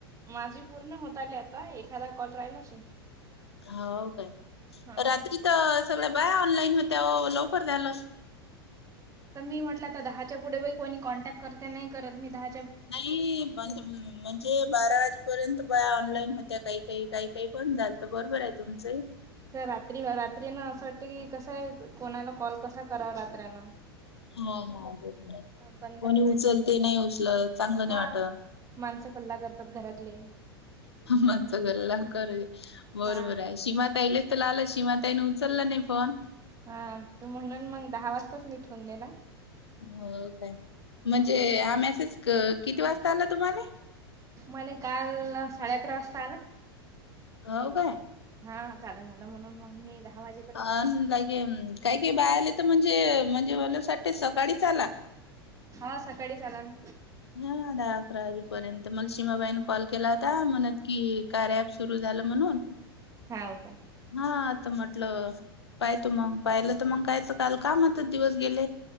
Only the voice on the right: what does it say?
माझी पूर्ण होत आली आता एखादा कॉल राहिला असेल.
हा
तर मी म्हटलं आता दहाच्या पुढे बाई कोणी कॉन्टॅक्ट करते नाही करत. मी दहा
तर रात्री रात्रीन असं वाटतं की कसंय कोणाला कॉल कसा करावा रात्रन
बंद
करून
ठेव
हा
माणसं कल्ला करतात घरातले
हा
हा. म्हणून मग दहा वाजताच मी ठेवून दिला.
हम्म
मला काल साडे अकरा वाजता आला.
हा चालू झाला. म्हणून मग मी दहा वाजे
हा सकाळीच आला ना.
हा हो का.